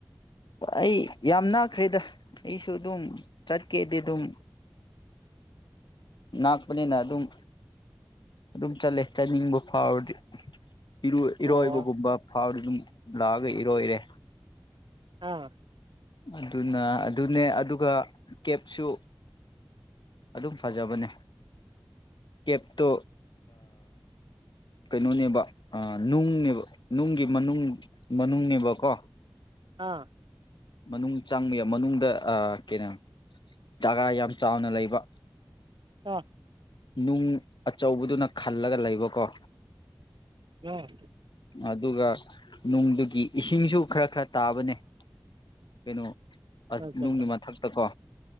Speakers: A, on the left (about 70°); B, on the right (about 75°).
A: ꯑꯩ ꯌꯥꯝ ꯅꯥꯛꯈ꯭ꯔꯦꯗ ꯑꯩꯁꯨ ꯑꯗꯨꯝ ꯆꯠꯀꯦꯗꯤ ꯑꯗꯨꯝ ꯉꯥꯛꯄꯅꯤꯅ ꯑꯗꯨꯝ ꯑꯗꯨꯝ ꯆꯂꯦ ꯆꯅꯤꯡꯕꯨ ꯐꯥꯎ ꯑ ꯔ
B: ꯑꯣ
A: ꯏꯔꯣꯏꯕꯒꯨꯝꯕ ꯐꯥꯎꯗ ꯑꯗꯨꯝ ꯂꯥꯛꯑꯒ ꯏꯔꯣꯏ ꯏꯔꯦ
B: ꯑꯥ
A: ꯑꯗꯨꯅ ꯑꯗꯨꯅꯦ ꯑꯗꯨꯒ ꯀꯦꯞꯁꯨ ꯑꯗꯨꯝ ꯐꯖꯕꯅꯦ ꯀꯦꯞꯇꯣ ꯀꯩꯅꯣꯅꯦꯕ ꯅꯨꯡꯅꯦꯕ ꯅꯨꯡꯒꯤ ꯃꯅꯨꯡ ꯃꯅꯨꯡꯅꯦꯕꯀꯣ
B: ꯑꯥ
A: ꯃꯅꯨꯡ ꯆꯪꯕ ꯌꯥ ꯃꯅꯨꯡꯗ ꯀꯩꯅꯣ ꯖꯥꯒꯥ ꯌꯥꯝ ꯆꯥꯎꯅ ꯂꯩꯕ
B: ꯑ
A: ꯅꯨꯡ ꯑꯆꯧꯕꯗꯨꯅ ꯈꯜꯂꯒ ꯂꯩꯕꯀꯣ
B: ꯑ
A: ꯑꯗꯨꯒ ꯅꯨꯡꯗꯨꯒꯤ ꯏꯁꯤꯡꯁꯨ ꯈꯔ ꯈꯔ ꯇꯥꯕꯅꯦ ꯀꯩꯅꯣ ꯑ
B: ꯑꯠꯆꯥ
A: ꯅꯨꯡꯒꯤ
B: ꯑꯠꯆꯥ
A: ꯃꯊꯛꯇ ꯀꯣ